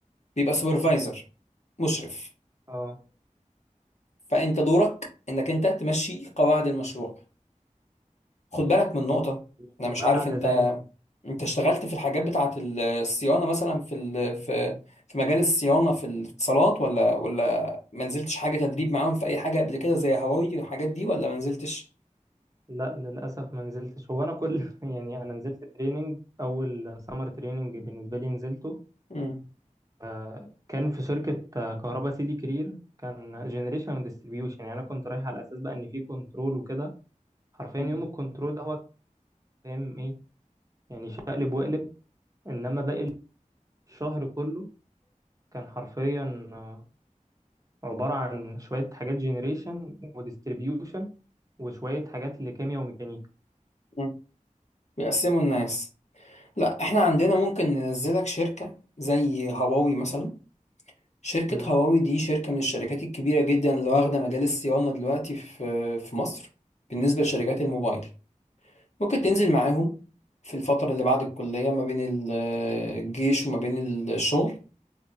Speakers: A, on the left (about 60°); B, on the right (about 25°).
A: بيبقى سوبرفايزر مشرف
B: اه
A: فأنت دورك إنك أنت تمشي قواعد المشروع خد بالك من نقطة أنا
B: وما
A: مش عارف
B: بعد
A: أنت
B: ذلك
A: أنت اشتغلت في الحاجات بتاعة الصيانة مثلا في ال... في في مجال الصيانة في الاتصالات ولا ولا ما نزلتش حاجة تدريب معاهم في أي حاجة قبل كده زي هواوي والحاجات دي ولا ما نزلتش؟
B: لا للأسف ما نزلتش هو أنا كل <laughs> يعني أنا نزلت تريننج أول سمر تريننج بالنسبة لي نزلته
A: مم.
B: آه، كان في شركة آه، كهربا سيدي كرير كان جنريشن وديستريبيوشن يعني أنا كنت رايح على أساس بقى إن في كنترول وكده حرفيا
A: مم.
B: يوم الكنترول ده هو كان فاهم إيه يعني شقلب وقلب إنما باقي الشهر كله كان حرفيا آه، عبارة عن شوية حاجات جنريشن وديستريبيوشن وشوية حاجات لكيمياء وميكانيكا
A: مم. بيقسموا الناس لا احنا عندنا ممكن ننزلك شركة زي هواوي مثلا شركة
B: مم.
A: هواوي دي شركة من الشركات الكبيرة جدا اللي واخدة مجال الصيانة دلوقتي في في مصر بالنسبة لشركات الموبايل ممكن تنزل معاهم في الفترة اللي بعد الكلية ما بين ال- الجيش وما بين الشغل